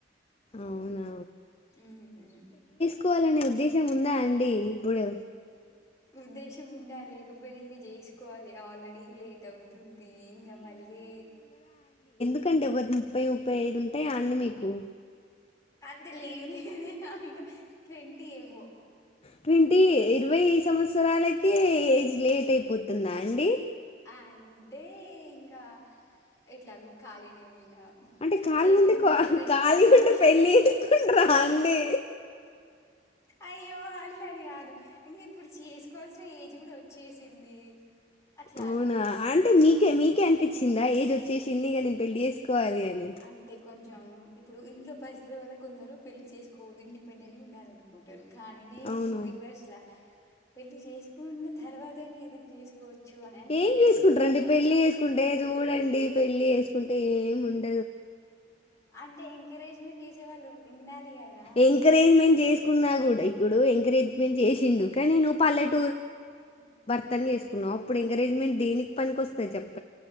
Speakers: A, on the left; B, on the left.
A: అవునా
B: ఉమ్
A: కోవాలనే ఉద్దేశం ఉందా అని డి ఇప్పుడు
B: ఉద్దేశం ఉన్నా లేకపోయినా ఇంకా చేసుకోవాలి ఆల్రెడీ లేట్ అవు తుంది ఇంగ మళ్ళీ
A: ఎందుకండి ఒక ముప్పై ముప్పై ఐదు ఉంటాయి అన్ని మీకు
B: అంతే లేవు లేదు అంత ట్వంటీ ఎబో
A: ట్వంటీ ఇరవై సంవత్సరాలకే ఏజ్ లేట్ అయిపోతుందా అండి
B: అంటే ఇంకా ఎట్లాగ ఖాళీనే ఉన్నా
A: అంటే ఖాళీ
B: చేసుకుంటే
A: ఉంటే
B: ఒక రెస్పాన్సిబిలిటీ
A: ఖాళీ ఉంటే పెళ్ళి
B: వస్తే
A: చేసుకుంటారా అండి
B: అయ్యో అల్లడి కాదు ఇంకా ఇప్పుడు చేసుకోవాల్సిన ఏజ్ కూడా వచ్చేసింది అట్లా
A: అవునా
B: అని
A: ఆన్ అంటే మీకే మీకే అనిపించిందా ఏజ్ వచ్చేసింది ఇగ నేను పెళ్లి చే కోరి అని
B: అంటే కొంచెం ఇప్పుడు ఇంట్లో పరిస్థితుల వల్ల కొందరు పెళ్లి చేసుకోవదు ఇండిపెండెంట్గా ఉండాలనుకుంటారు కానీ నీ ని
A: అవును
B: మురి వషలా పెళ్లి చేసుకున్న తర్వాతనా ఏదైనా చేసుకోవచ్చు అని
A: ఏం
B: ఇక్కడ
A: చేసుకుంటారండి
B: ఏంటంటే కొంచెం
A: పెళ్లి చేసుకుంటే చూడండి పెళ్లి చేసుకుంటే ఏముండ
B: అంటే ఎంకరేజ్మెంట్ చేసే వాళ్ళు ఉండాలి కదా
A: ఎంకరేజ్మెంట్ చేసుకున్నా కూడా ఇప్పుడు ఎంకరేజ్మెంట్ చేసిండు కానీ నువ్వు పల్లెట్ పన్ని చేసుకున్నావు అప్పు ఎకరేజ్మెంట్ దేనికి పనికొస్తది చెప్ప